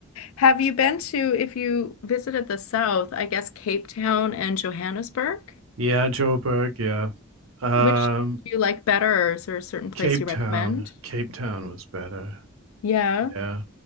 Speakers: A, on the left; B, on the right.
A: Have you been to, if you visited the South, I guess Cape Town and Johannesburg?
B: Yeah, Joe Joburg. Yeah. Um,
A: Which do you like better, or is there a certain place
B: Cape
A: you
B: Town.
A: recommend?
B: Cape Town was better.
A: Yeah.
B: Yeah.